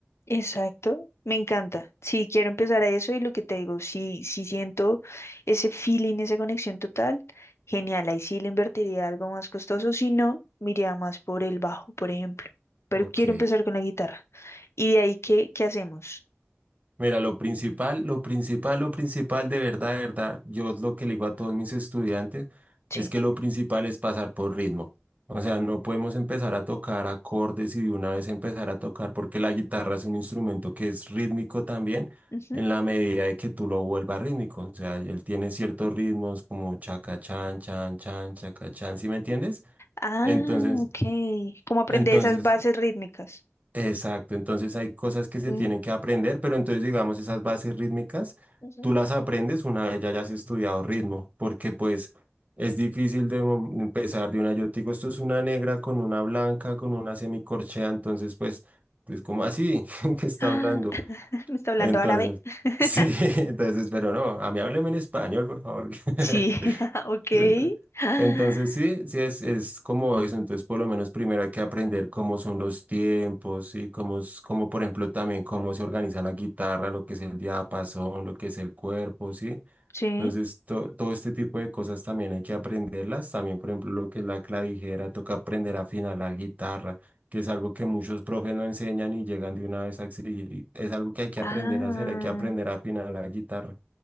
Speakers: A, on the left; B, on the right.
A: Exacto, me encanta. Sí, quiero empezar a eso y lo que te digo, si, si siento ese feeling, esa conexión total, genial, ahí sí le invertiría algo más costoso, si no, me iría más por el bajo, por ejemplo. Pero
B: Ok.
A: quiero empezar con la guitarra. ¿Y de ahí qué, qué hacemos?
B: Mira, lo principal, lo principal, lo principal de verdad, de verdad, yo lo que le digo a todos mis estudiantes
A: Sí.
B: es que lo principal es pasar por ritmo. O sea, no podemos empezar a tocar acordes y de una vez empezar a tocar porque la guitarra es un instrumento que es rítmico también
A: Ujú.
B: en la medida de que tú lo vuelvas rítmico. O sea, él tiene ciertos ritmos como chaca chan, chan, chan, chaca chan, ¿sí me entiendes?
A: Ah,
B: Entonces,
A: ok. ¿Cómo aprender
B: entonces
A: esas bases rítmicas?
B: Exacto, entonces hay cosas que se
A: Sí.
B: tienen que aprender, pero entonces digamos esas bases rítmicas,
A: Ujú.
B: tú las aprendes una vez ya hayas estudiado ritmo, porque pues es difícil de mo- empezar de una, yo te digo, esto es una negra con una blanca, con una semicorchea, entonces pues, pues como así <laughs> que está
A: Ah,
B: hablando,
A: <laughs> ¿me está hablando
B: entonces,
A: árabe? <laughs>
B: sí, <laughs> entonces, pero no, a mí hábleme en español, por favor. <laughs>
A: Sí, <laughs> ok.
B: Neta.
A: Ah,
B: Entonces sí, sí es, es como eso, entonces por lo menos primero hay que aprender cómo son los tiempos y cómo, es- cómo por ejemplo también cómo se organiza la guitarra, lo que es el diapasón, lo que es el cuerpo, ¿sí?
A: Sí.
B: Entonces to- todo este tipo de cosas también hay que aprenderlas, también por ejemplo lo que es la clavijera, toca aprender a afinar la guitarra, que es algo que muchos profes no enseñan y llegan de una vez a exigir, y es algo que hay que
A: Ah.
B: aprender a hacer, hay que aprender a afinar la guitarra.